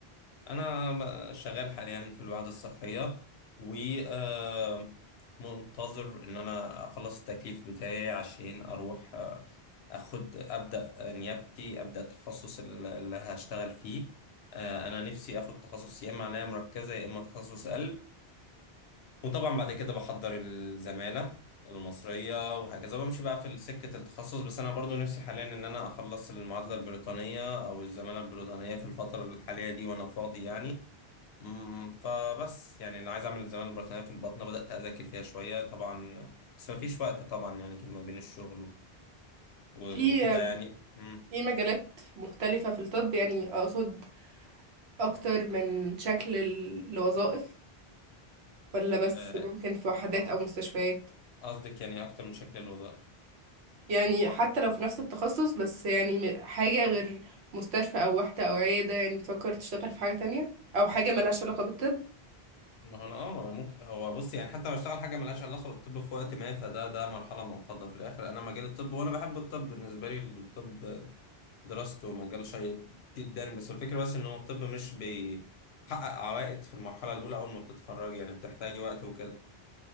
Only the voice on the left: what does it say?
انا شغال حاليا في الوحده الصحيه و آه، منتظر ان انا اخلص التكليف بتاعي عشان اروح آه، اخد ابدا نيابتي ابدا التخصص ال- اللي هشتغل فيه آه، انا نفسي اخد تخصص يا اما عنايه مركزه يا اما تخصص قلب وطبعا بعد كده بحضر الزمالة المصرية وهكذا بمشي بقى في سكة التخصص بس أنا برضو نفسي حاليا إن أنا أخلص المعادلة البريطانية أو الزمالة البريطانية في الفترة الحالية دي وأنا فاضي يعني أمم، فبس يعني اللي عايز أعمل الزمالة البريطانية في البطنة بدأت أذاكر فيها شوية طبعا بس مفيش وقت طبعا يعني كده ما بين الشغل و-
وكده يعني أمم،
آه،
آه،
قصدك يعني أكتر من شكل الوظائف
ما هو انا اه ما انا ممكن هو بص يعني حتى لو اشتغل حاجه ملهاش علاقه بالطب في وقت ما فده ده مرحله منقضه في الاخر انا مجال الطب وانا بحب الطب بالنسبه لي الطب دراسته مجال شيق جدا بس الفكره بس ان هو الطب مش بيحقق عوائد في المرحله الاولى اول ما بتتخرج يعني بتحتاج وقت وكده